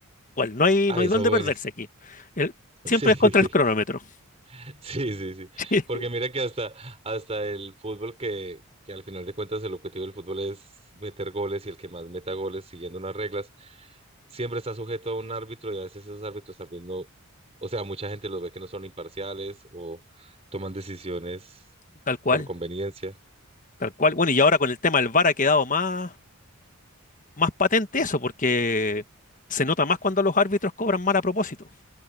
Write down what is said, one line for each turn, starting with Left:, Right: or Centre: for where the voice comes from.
Left: ¿Cuál? no hay,
Right: Ay,
Left: no hay
Right: esa
Left: dónde
Right: buenísima.
Left: perderse aquí. El-
Right: <laughs>
Left: siempre es contra
Right: Sí.
Left: el cronómetro.
Right: <laughs> Sí, sí, sí.
Left: <laughs>
Right: Porque mira que hasta, hasta el fútbol, que, que al final de cuentas el objetivo del fútbol es meter goles y el que más meta goles siguiendo unas reglas, siempre está sujeto a un árbitro y a veces esos árbitros también no, o sea, mucha gente los ve que no son imparciales o toman decisiones
Left: Tal cual,
Right: por conveniencia.
Left: tal cual. Bueno, y ahora con el tema del VAR ha quedado más, más patente eso, porque se nota más cuando los árbitros cobran mal a propósito.